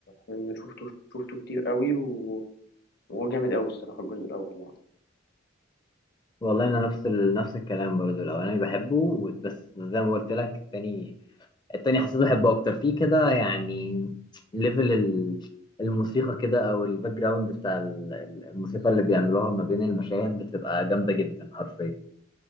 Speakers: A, on the left; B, on the left.
A: لأن شفته شفته كتير أوي و... وهو جامد أوي الصراحة الجزء الأول يعني
B: والله انا نفس ال... نفس الكلام برضو الاولاني بحبه و- بس زي ما قلت لك التاني التاني حسيت بحبه اكتر فيه كده يعني ليفل ال... الموسيقى كده او الباك جراوند بتاع ال- ال- الموسيقى اللي بيعملوها ما بين المشاهد بتبقى جامده جدا حرفيا